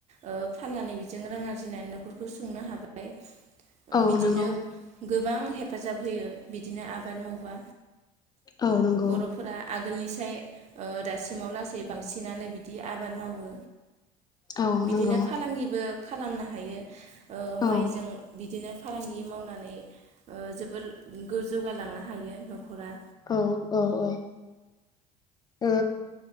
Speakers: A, on the right; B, on the left.
A: ओ फाननानै बेजों रां आरजिनानै न'खरखौ सुंनो हाबाय।
B: औ
A: बिदिनो।
B: नंगौ
A: गोबां हेफाजाब होयो बिदिनो आबाद मावबा।
B: औ नंगौ
A: बर'फोरा आगोलनिसाय। ओ दासिमाव लासै बांसिनानो बिदि आबाद मावो।
B: औ
A: बिदिनो
B: नंगौ
A: फालांगिबो खालामनो हायो ओ
B: औ
A: माइजों बिदिनो। फालांगि मावनानै। ओ जोबोर गो-जौगालांनो हायो न'खरा।
B: औ औ औ ओ